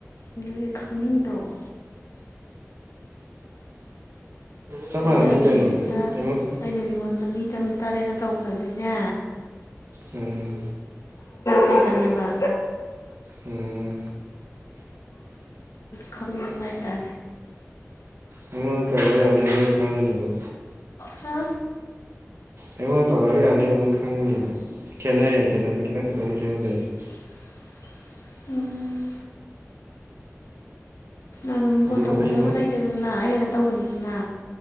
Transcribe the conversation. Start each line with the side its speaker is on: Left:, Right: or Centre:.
Left: ꯑꯗꯨ ꯈꯪꯅꯤꯡꯗꯔꯣ
Right: ꯆꯞ
Left: ꯑꯩꯅ
Right: ꯃꯥꯟꯅꯅꯤ ꯀꯩꯅꯣ
Left: ꯃꯤꯉꯣꯟꯗ
Right: ꯑꯩꯉꯣꯟ
Left: ꯑꯩꯅ ꯃꯤꯉꯣꯟꯗ ꯃꯤꯗ ꯇꯔꯦꯠꯇ ꯇꯧꯕꯗꯗꯤꯅꯦ
Right: ꯎꯝ
Left: ꯃꯖꯪ ꯑꯦꯕ
Right: ꯎꯝ
Left: ꯈꯪꯃꯦꯗ
Right: ꯑꯩꯉꯣꯟꯗ ꯇꯧꯔ ꯌꯥꯅꯤ ꯑꯗꯨ ꯈꯪꯉꯅꯤꯗ
Left: ꯍꯥ
Right: ꯑꯩꯉꯣꯟꯗ ꯇꯧꯔꯛꯑꯒ ꯌꯥꯅꯦꯕ ꯑꯗꯨꯝ ꯈꯪꯒꯅꯦꯕ ꯈꯦꯠꯅꯩꯅ ꯈꯦꯠꯅꯕꯗ ꯈꯤꯇꯪ ꯈꯛꯇꯅ ꯈꯦꯠꯅꯗꯔꯤꯁꯦ
Left: <inaudible> ꯎꯝ ꯑꯗꯨꯝ ꯐꯣꯟ
Right: ꯑꯗꯨꯕꯨ
Left: ꯇꯧꯕꯤꯅꯕ
Right: ꯑꯩꯉꯣꯟ
Left: ꯂꯩꯇꯦꯗꯅ ꯑꯩ ꯈꯛꯇ ꯇꯧꯕꯅꯤꯗꯅ